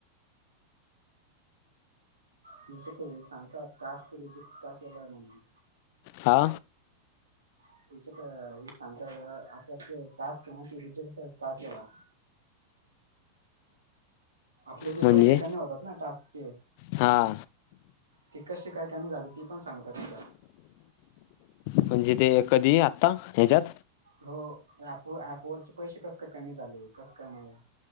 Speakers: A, on the right (about 70°); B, on the left (about 45°).
A: तेच्य ते सांगतात टास्क रिजेक्ट का केलाय म्हणून.
B: हा.
A: <unintelligible> सांगतात आपला टास्क <unintelligible> रिजेक्ट का केला. आपले ते
B: म्हणजे
A: पैसे कमी होतात, ना टास्कचे.
B: हा.
A: ते कसे काय कमी झाले ती पण सांगतात तिथं.
B: म्हणजे ते कधी आत्ता ह्याच्यात?
A: हो एप- ऍपवररचे पैसे कस काय कमी झाले कस काय नाय.